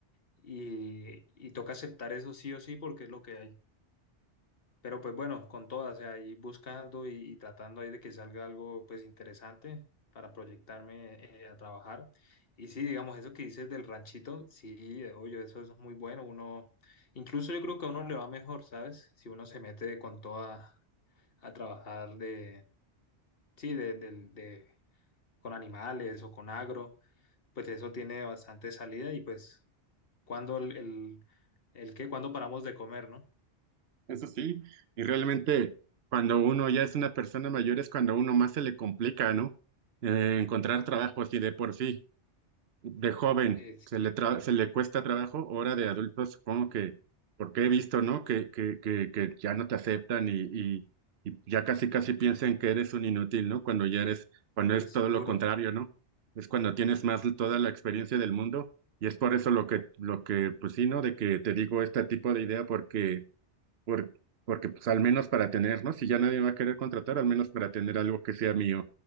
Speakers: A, on the left; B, on the right.
A: y, y toca aceptar eso sí o sí porque es lo que hay. Pero pues bueno, con todas, o sea, ahí buscando y, y tratando ahí de que salga algo pues interesante para proyectarme eh, a trabajar. Y sí, digamos, eso que dices del ranchito, sí, eh, oye, eso es muy bueno. Uno, incluso yo creo que a uno le va mejor, ¿sabes? Si uno se mete con toda a trabajar de, sí, de, del- de- con animales o con agro, pues eso tiene bastante salida y pues cuando el, el, el qué, cuando paramos de comer, ¿no?
B: Eso sí, y realmente cuando uno ya es una persona mayor es cuando a uno más se le complica, ¿no? Eh, encontrar trabajo así de por sí, de joven,
A: Eh, sí,
B: se le, tra-
A: sí.
B: se le cuesta trabajo, ahora de adulto supongo que, porque he visto, ¿no? Que, que, que, que ya no te aceptan y, y, y ya casi casi piensan que eres un inútil, ¿no? Cuando ya eres, cuando
A: Uy,
B: es todo
A: duro.
B: lo contrario, ¿no? Es cuando tienes más toda la experiencia del mundo y es por eso lo que, lo que, pues sí, ¿no? De que te digo este tipo de idea porque por- porque pues al menos para tener, ¿no? Si ya nadie va a querer contratar, al menos para tener algo que sea mío.